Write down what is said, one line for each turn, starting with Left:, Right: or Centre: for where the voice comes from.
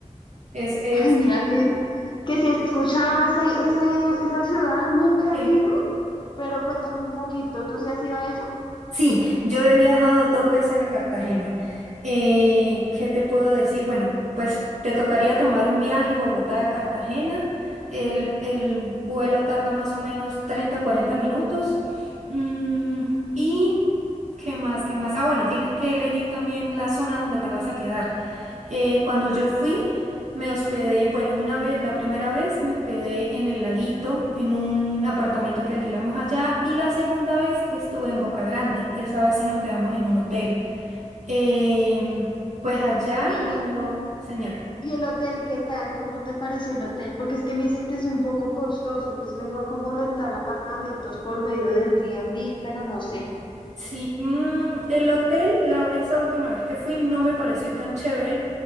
Right: Es, es,
Left: Ay, mira que, que si he escuchado ese, ese, esa ciudad, nunca
Right: Sí.
Left: he ido, pero cuéntame un poquito, ¿tú sí has ido a ella?
Right: Sí, yo he viajado dos veces a Cartagena. Eh, ¿qué te puedo decir? Bueno, pues te tocaría tomar un viaje Bogotá a Cartagena. El, el vuelo tarda más o menos 30 40 minutos. Mm, ¿y qué más? ¿Qué más? Ah, bueno, tienes que elegir también la zona donde te vas a quedar. Eh, cuando yo fui, me hospedé, bueno, una vez, la primera vez me hospedé en el Laguito, en un apartamento que alquilamos allá, y la segunda vez estuve en Boca Grande. Esa vez sí nos quedamos en un hotel. Em, pues allá
Left: ¿Y el, ho-
Right: lo, señora.
Left: y el hotel, qué tal? ¿Cómo te pareció el hotel? Porque es que me dicen que es un poco costoso, que es mejor como rentar apartamentos por medio de Airbnb, pero no sé.
Right: Sí, mm, el hotel, la- esta última vez que fui, no me pareció tan chévere.